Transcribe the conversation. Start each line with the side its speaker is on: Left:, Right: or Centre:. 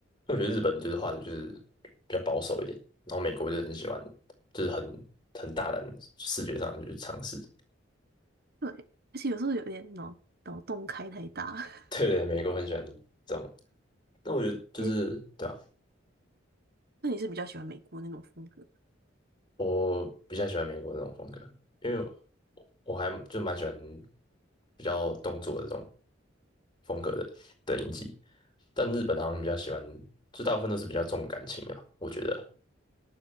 Left: 因为我觉得日本就是画的就是比较保守一点，然后美国就是很喜欢，就是很很大胆的视觉上去尝试。<laughs>
Right: 对，而且有时候有点脑脑洞开太大。<laughs>
Left: 对对，美国很喜欢这种。但我觉得就是对啊，
Right: 诶那你是比较喜欢美国那种风格
Left: 我比较喜欢美国这种风格，因为我我还就蛮喜欢比较动作的这种风格的的影集，但日本好像比较喜欢，就大部分都是比较重感情的吧，我觉得